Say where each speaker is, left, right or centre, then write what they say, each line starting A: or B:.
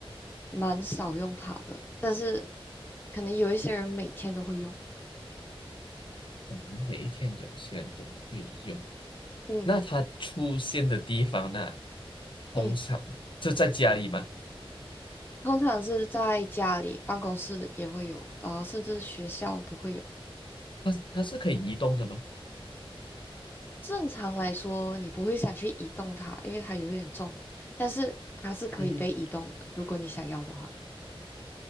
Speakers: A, on the left; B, on the left.
A: 蛮少用它的，但是可能有一些人每天都会用。
B: 我们每一天有些都会用。
A: 嗯
B: 那它出现的地方呢，通常就在家里吗？
A: 嗯，通常是在家里、办公室也会有，然后甚至学校都会有。
B: 它它是可以移动的吗？
A: 正常来说，你不会想去移动它，因为它有一点重，但是它是可以被移动的，
B: 嗯哼，
A: 如果你想要的话。